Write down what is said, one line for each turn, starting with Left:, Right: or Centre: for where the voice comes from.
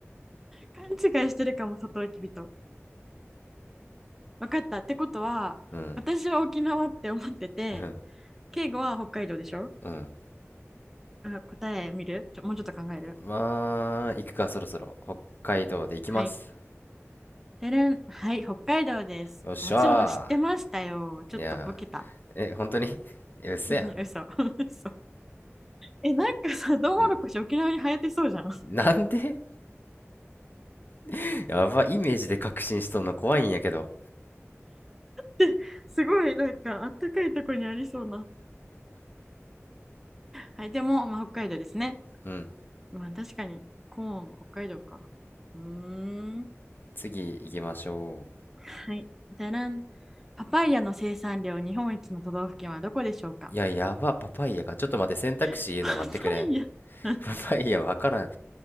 Centre: 勘違いしてるかも、サトウキビと。分かった。ってことは、
Left: うん。
Centre: 私は沖縄って思ってて、
Left: うん。
Centre: 敬語は北海道でしょ
Left: うん。
Centre: あ答え見るちょ、もうちょっと考える
Left: まあ、行くか、そろそろ。北海道で行きます。
Centre: はい。でれん。はい、北海道です。
Left: よっしゃ
Centre: もちろん知ってましたよ。ちょっとボケた。
Left: ー。いやー、え、本当にいや、嘘やん。
Centre: <laughs> 嘘。<laughs> 嘘。え、なんかさ、トウモロコシ沖縄に生えてそうじゃん。
Left: うん。
Centre: <laughs>
Left: なんで <laughs> やば、イメージで確信しとんの怖いんやけど。
Centre: で、すごい、なんか、あったかいとこにありそうな。はい、でも、まあ、北海道ですね。
Left: うん。
Centre: まあ、確かに、コーン、北海道か。うーん。
Left: 次行きましょ
Centre: はい。だらん。パパイヤの生産量日本一の都道府県はどこでしょうか
Left: う。いや、やば、パパイヤか。ちょっと待って、選択肢言うの待ってくれん。
Centre: <laughs> パパイヤ <laughs>
Left: パパイヤわからん。